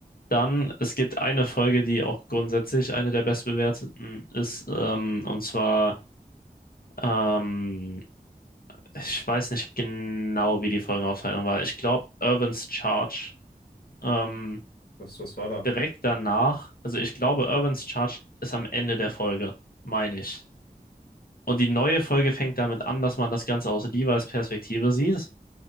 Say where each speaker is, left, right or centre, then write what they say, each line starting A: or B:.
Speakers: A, on the left; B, on the left.
A: dann, es gibt eine Folge, die auch grundsätzlich eine der bestbewerteten ist. Ähm, und zwar, ähm, ich weiß nicht genau, wie die Folgenaufteilung war. Ich glaube, Irvin's Charge. Ähm,
B: Was, was war da?
A: direkt danach, also ich glaube, Irvins Charge ist am Ende der Folge, meine ich. Und die neue Folge fängt damit an, dass man das Ganze aus Levi's Perspektive sieht.